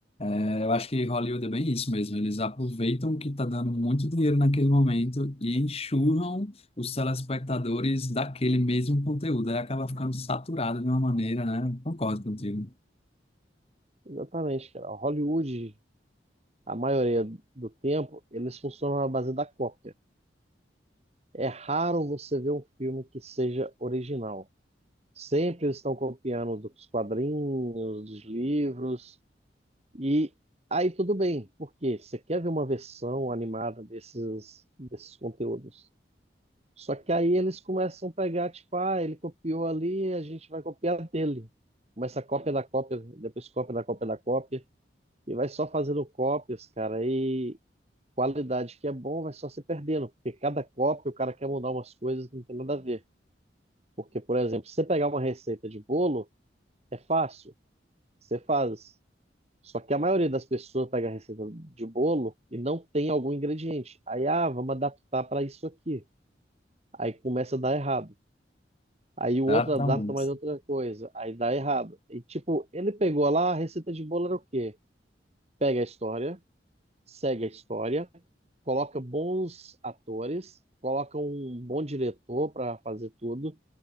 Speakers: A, on the left; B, on the right.
A: É, Eu acho que Hollywood é bem isso mesmo. Eles aproveitam que está dando muito dinheiro naquele momento e enxurram os telespectadores daquele mesmo conteúdo. Aí acaba ficando saturado de uma maneira, né? Concordo contigo.
B: Exatamente, cara. Hollywood, a maioria do tempo, eles funcionam na base da cópia. É raro você ver um filme que seja original. Sempre eles estão copiando dos quadrinhos, dos livros, E aí tudo bem, porque você quer ver uma versão animada desses, desses conteúdos. Só que aí eles começam a pegar, tipo, ah, ele copiou ali, a gente vai copiar dele. Começa a cópia da cópia, depois cópia da cópia da cópia, e vai só fazendo cópias, cara, e qualidade que é bom vai só se perdendo, porque cada cópia o cara quer mudar umas coisas que não tem nada a ver. Porque, por exemplo, se você pegar uma receita de bolo, é fácil, você faz. Só que a maioria das pessoas pega a receita de bolo e não tem algum ingrediente. Aí, ah, vamos adaptar para isso aqui. Aí começa a dar errado. Aí o
A: Exatamente.
B: outro adapta mais outra coisa. Aí dá errado. E tipo, ele pegou lá, a receita de bolo era o quê? Pega a história, segue a história, coloca bons atores, coloca um bom diretor para fazer tudo